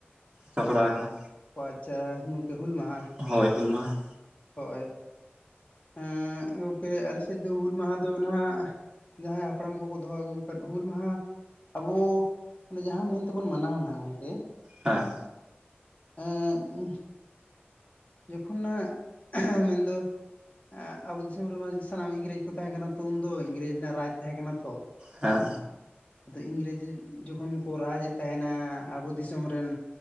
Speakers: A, on the right; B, on the left.
A: ᱥᱟᱯᱲᱟᱣ ᱟᱠᱟᱱᱟᱱ?
B: ᱚ ᱟᱪᱪᱷᱟ ᱤᱱᱠᱟᱹ ᱦᱩᱞ ᱢᱟᱦᱟ
A: ᱦᱳᱭ ᱦᱩᱞ ᱢᱟᱦᱟ
B: ᱦᱳᱭ। ᱮᱸᱜ ᱜᱚᱝᱠᱮ ᱟᱞᱮ ᱥᱮᱫ ᱫᱚ ᱦᱩᱞ ᱢᱟᱦᱟ ᱫᱚ ᱱᱟᱦᱟᱜ ᱡᱟᱦᱟᱸᱭ ᱦᱟᱯᱲᱟᱢ ᱠᱚᱠᱚ ᱫᱚᱦᱚ ᱟᱹᱜᱩ ᱟᱠᱟᱫ ᱦᱩᱞ ᱢᱟᱦᱟ ᱟᱵᱚ ᱚᱱᱮ ᱡᱟᱦᱟᱸ ᱢᱮᱱᱛᱮᱵᱚᱱ ᱢᱟᱱᱟᱣᱟ ᱱᱟᱦᱟᱜ ᱜᱚᱝᱠᱮ
A: ᱦᱮᱸ
B: ᱮᱸᱜ ᱡᱚᱠᱷᱚᱱᱟᱜ ᱦᱮᱸ ᱢᱮᱱᱫᱚ ᱮᱸᱜ ᱟᱵᱚ ᱫᱤᱥᱚᱢ ᱨᱮᱢᱟ ᱥᱟᱱᱟᱢ ᱤᱝᱨᱮᱡᱽ ᱠᱚ ᱛᱟᱦᱮᱸ ᱠᱟᱱᱟ ᱛᱚ ᱩᱱᱫᱚ ᱤᱝᱨᱮᱡᱽ ᱨᱮᱱᱟᱜ ᱨᱟᱡᱽ ᱛᱟᱦᱮᱸ ᱠᱟᱱᱟ ᱛᱚ
A: ᱦᱮᱸ
B: ᱟᱫᱚ ᱤᱝᱨᱮᱡ ᱡᱚᱠᱷᱚᱱ ᱠᱚ ᱨᱟᱡᱽᱮᱫ ᱛᱟᱦᱮᱱᱟ ᱟᱵᱚ ᱫᱤᱥᱚᱢ ᱨᱮᱱ